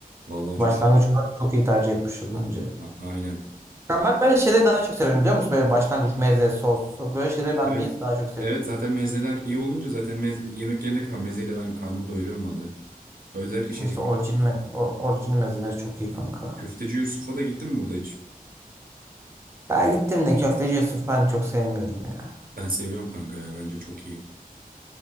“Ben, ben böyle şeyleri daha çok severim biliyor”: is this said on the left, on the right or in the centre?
Right